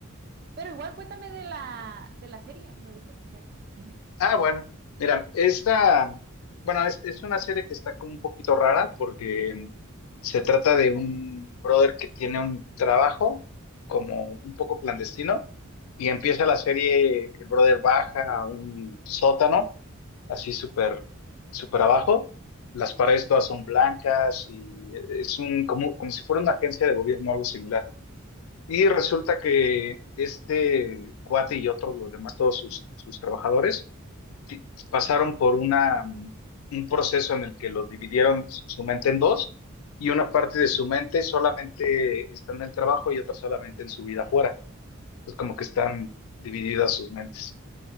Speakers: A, on the right (about 50°); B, on the left (about 80°).
A: Pero igual cuéntame de la, de la serie, me gusta escuchar. <laughs>
B: Ah, bueno, mira, esta, bueno, es, es una serie que está como un poquito rara porque mm, se trata de un brother que tiene un trabajo como un poco clandestino y empieza la serie que el brother baja a un sótano así súper, súper abajo. Las paredes todas son blancas y es un, como, como si fuera una agencia de gobierno, algo similar. Y resulta que este cuate y otros, los demás, todos sus, sus trabajadores, ti- pasaron por una, mm, un proceso en el que los dividieron s- su mente en dos y una parte de su mente solamente está en el trabajo y otra solamente en su vida afuera. Es como
A: Wow.
B: que están divididas sus mentes.